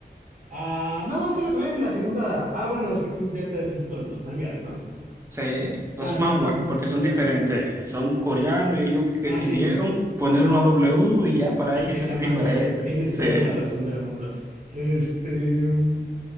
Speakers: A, on the right; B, on the right.
A: Ah, no, sí lo acabé la segunda. Ah, bueno, es que tú ya te has visto los mangas, ¿no?
B: se, los
A: Ah, no,
B: manhwa,
A: no. no.
B: porque son
A: Eh,
B: diferentes, son coreanos y ellos decidieron
A: Ah, sí.
B: ponerle una W y ya para
A: Y
B: ellos
A: que sea
B: es diferente.
A: manga. Tienes
B: Sí.
A: toda la razón del mundo. Este, mm,